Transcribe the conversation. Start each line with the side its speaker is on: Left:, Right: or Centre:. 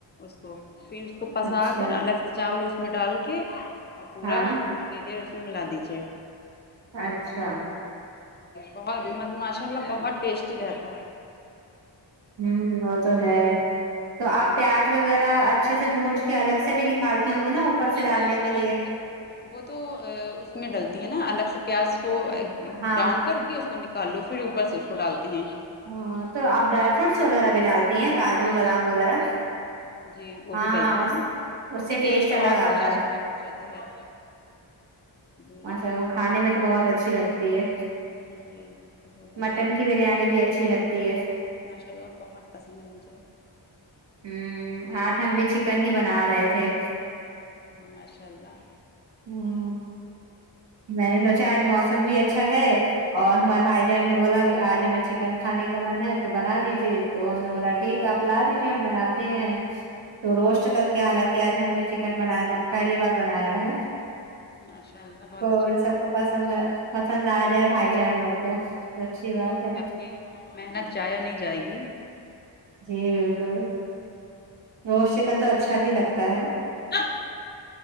Left: اس کو پھر اس کو پسا
Right: اچھا
Left: کر الگ سے چاول اس میں ڈال کے اور پورا
Right: ہاں
Left: مٹیریل اس میں ملا دیجیے
Right: اچھا
Left: بہت ماشاء اللہ بہت ٹیسٹی رہتا ہے
Right: ہوں وہ تو ہے تو آپ
Left: جی
Right: پیاز وغیرہ اچھے سے بونج کے الگ سے بھی نک پالتی ہوں گی نا اوپر
Left: جی
Right: سے ڈالنے
Left: جی ارے
Right: کے لیے
Left: مطلب وہ تو اس میں ڈلتی ہے نا الگ سے پیاز کو
Right: ہاں
Left: براؤن کر کے کو نکال لو پھر اوپر سے اس کو ڈالتے ہیں
Right: ہاں تو آپ ڈرائی فروٹس وغیرہ بھی ڈالتی ہیں
Left: جی
Right: کاجو
Left: جی
Right: بادام وغیرہ
Left: جی جی وہ
Right: ہاں
Left: بھی ڈلتا ہے
Right: اس
Left: نا
Right: اس
Left: اسی
Right: سے
Left: ٹیسٹ
Right: الگ
Left: اور
Right: آتا
Left: بھی لاجواب
Right: ہے
Left: ہو جاتا ہے جی
Right: ا کھانے میں تو بہت اچھی لگتی ہے
Left: ج جی ب
Right: مٹن کی بریانی بھی اچ اچھی لگتی ہے
Left: ناشاءلہ لوپا خاتاس ن مجھے
Right: ہوں آج ہم بھی چکن ہی بنا رہے تھے
Left: ماشاء اللہ
Right: ہ میں نے سوچا آج موسم بھی اچھا ہے اور ہمارے
Left: جی
Right: بھائی جان نے بولا کہ آج ہمیں چکن کھانے کا من ہے تو بنا دیجیے تو ہم نے بولا ٹھیک ہے آپ لا دیجیے ہم بناتے ہیں تو روسٹ کر کے حالانکہ آج ہم نے چکنا پہلی بار بنایا ہے
Left: ماشاء اللہ بہتھا
Right: اور سب کو پسند پسند آ جائے بھائی جانوں کو تو اچھی بات ہے
Left: کہ محنت جایا نہیں جائے گی
Right: جی بالکل روسٹ چکن تو اچھا بھی لگتا ہے
Left: ہ <unintelligible>